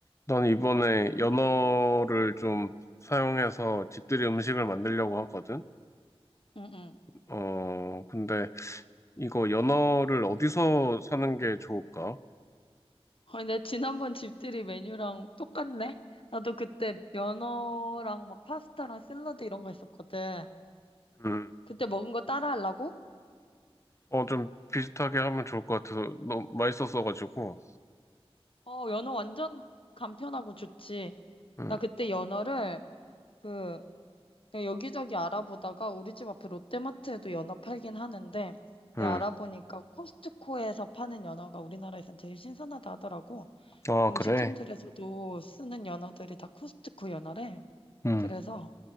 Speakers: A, on the left (about 30°); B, on the left (about 60°).
A: 난 이번에 연어를 좀 사용해서 집들이 음식을 만들려고 하거든.
B: 응, 응.
A: 어, 근데 이거 연어를 어디서 사는 게 좋을까?
B: 아니, 내 지난번 집들이 메뉴랑 똑같네? 나도 그때 연어랑 막 파스타랑 샐러드 이런 거 했었거든.
A: 음,
B: 그때 먹은 거 따라 하려고?
A: 어, 좀 비슷하게 하면 좋을 것 같아서 너무 맛있었어가지고.
B: 어, 연어 완전 간편하고 좋지.
A: 음,
B: 나 그때 연어를 그 그냥 여기저기 알아보다가 우리 집 앞에 롯데마트에도 연어 팔긴 하는데
A: 음.
B: 내가 알아보니까 코스트코에서 파는 연어가 우리나라에선 제일 신선하다 하더라고.
A: 아,
B: 음식점들에서도
A: 그래?
B: 쓰는 연어들이 다 코스트코 연어래.
A: 음,
B: 그래서